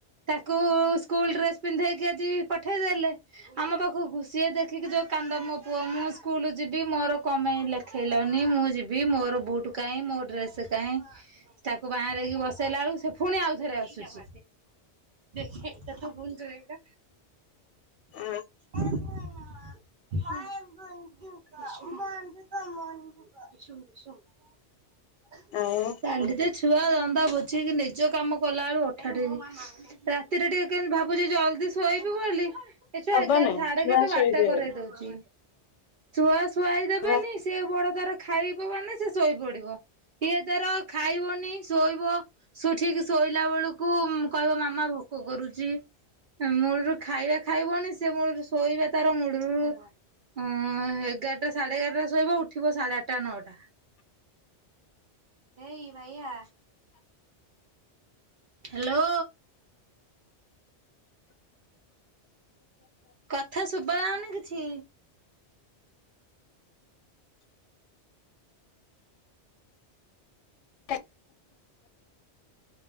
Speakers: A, on the right; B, on the left.
A: ତାକୁ ସ୍କୁଲ ଡ୍ରେସ ପିନ୍ଧେଇକି ଆଜି ପଠେଇଦଲେ ଆମ ପାଖକୁ, ସେ ଦେଖିକି ଯୋଉ କାନ୍ଦ ମୋ ପୁଅ, ମୁଁ ସ୍କୁଲ ଯିବି, ମୋର କମେଇ ଲେଖେଇଲନି? ମୁଁ ଯିବି ମୋର ବୁଟ୍ କାଇଁ, ମୋର ଡ୍ରେସ୍ କାଇଁ? ତାକୁ ବାଆଁରେଇକି ବସେଇଲା ବେଳୁକୁ ସେ ଫୁଣି ଆଉଥରେ ଆସୁଛି। ହେଇଟା ତୁ ଗୁନ୍ଦ୍ ହେଇଟା
B: ଆ
A: ଆ ଭ
B: ଆଉ
A: କୃ <unintelligible> <unintelligible> ଛୁଆ ଧନ୍ଦା ବୁଝିକି ନିଜ କାମ କଲା ବେଳୁ ଅଠାଟେଇ। ରାତିରେ ଟିକେ କେମିତି ଭାବୁଛି ଜଲଦି ଶୋଇବି ବୋଲି ଏ ଛୁଆ
B: ହବନି
A: ଏଗାରଟ୍ ସାଢେ
B: ଛୁଆ
A: ଏଗାରଟା
B: ଶୋଇଦେବେ
A: ବାରଟା କରେଇ ଦଉଚି, ଶୁଅସ୍ ଖୁଆଇ ଦେବେନି
B: ଛୁଆ
A: ସେ ବଡ ତାର ଖାଇବ ମାନେ ସେ ଶୋଇ ପଡିବ। ଇଏ ତାର ଖାଇବନି ପୁଣି ଶୋଇବ, ସେ ଠିକ୍ ଶୋଇଲା ବେଳକୁ କହିବ ମାମା ଭୋକ କରୁଛି। ମୂଳୁରୁ ଖାଇବା ଖାଇବନି ସେ ମୂଳୁରୁ ଶୋଇବା ତାର ମୂଳୁରୁ ଉଁ-ଉଁ ଏଗାରଟା ସାଢ଼େ ଏଗାରଟାରେ ଶୋଇବ, ଉଠିବ ସାଢେ ଆଠଟା ନଅଟା। ଏଇ ବାଇଆ ହ୍ୟାଲୋ। କଥା ଶୁଭା ଯାଉନି କିଛି।
B: <inaudible>